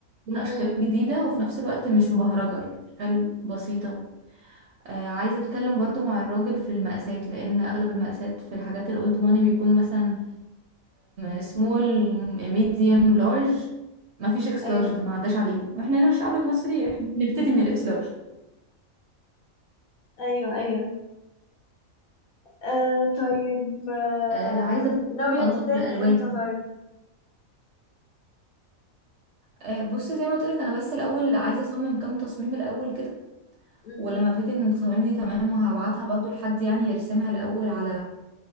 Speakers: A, on the right; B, on the left.
A: تكون اشكال
B: امم
A: جديدة وفي نفس الوقت مش مبهرجة يعني اشكال بسيطة آه عايزة اتكلم برضو مع الراجل في المقاسات لان اغلب المقاسات في الحاجات الاولد ماني بيكون مثلا سمول ميديوم لارج ما فيش اكس
B: ايوه
A: لارج ده ما عداش عليهم واحنا هنا الشعب المصري إحنا بنبتدي من الاكس لارج
B: ايوه ايوه آه طيب آه
A: آه عايزه برضه
B: ناوية
A: ادور
B: تبداي
A: في الالوان
B: من امتى طيب
A: آه بص زي ما قلت لك انا بس الاول عايزه اصمم كام تصميم الاول كده
B: امم
A: ولما ابتدي ان التصاميم دي تمام وهبعتها برضه لحد يعني يرسمها الاول على